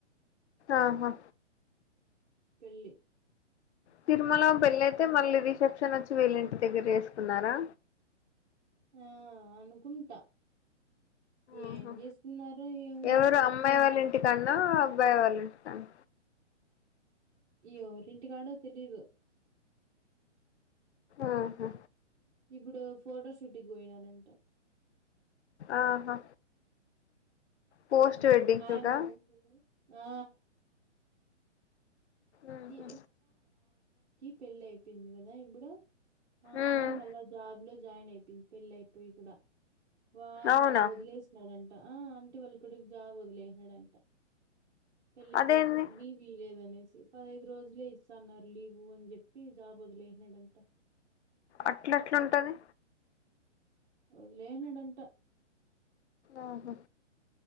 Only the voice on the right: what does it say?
పెళ్లి.
ఆ అనుకుంటా.
ఏం చేసుకున్నారో ఏమో
వాళ్ళు
యేవరింటికాడో తెలీదు.
ఇప్పుడు ఫోటో షూట్ కి పోయినారు అంటా.
<unintelligible>
ఆ. <unintelligible>
కి పెళ్ళి అయిపోయింది అదా ఇప్పుడు. ఆ అమ్మాయి
మళ్ళా జాబ్ లో జాయిన్ అయి. పెళ్లి అయిపోయి కూడా. వాఆయన
ఓదిలేసినాడు. ఆ ఆంటీ వాళ్ళ కోడుక్ జాబ్ అంట ఓదిలేసినాదంట. పెళ్ళి
కోసం, లీవ్ ఈలేదని. సి పదైదు రోజులే ఇస్తాన్నారు లీవు అని చెప్పి, జాబ్ వదిలేనాడంట.
ఓదిలేసినాడంట.